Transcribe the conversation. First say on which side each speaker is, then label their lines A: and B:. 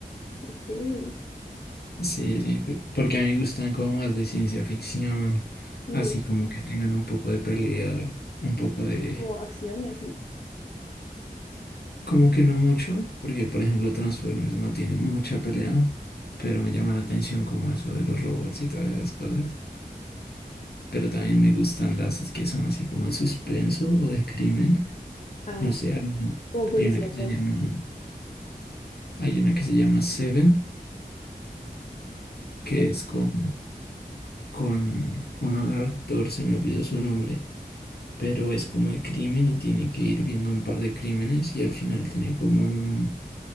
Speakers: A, on the left (about 45°); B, on the left (about 80°).
A: Ok,
B: Sí, sí, pe- porque a mí me gustan como más de ciencia ficción,
A: sí,
B: así como que tengan un poco de pelea, un poco de...
A: como acción y así.
B: Como que no mucho, porque por ejemplo Transformers no tiene mucha pelea, pero me llama la atención como eso de los robots y todas esas cosas. Pero también me gustan las que son así como de suspenso o de crimen.
A: Ah,
B: No
A: sí,
B: sé, hay una,
A: como policíacas.
B: hay una que se llama, hay una que se llama Seven, que
A: En-
B: es con, con un actor, se me olvidó su nombre pero es como de crimen y tiene que ir viendo un par de crímenes y al final tiene como un,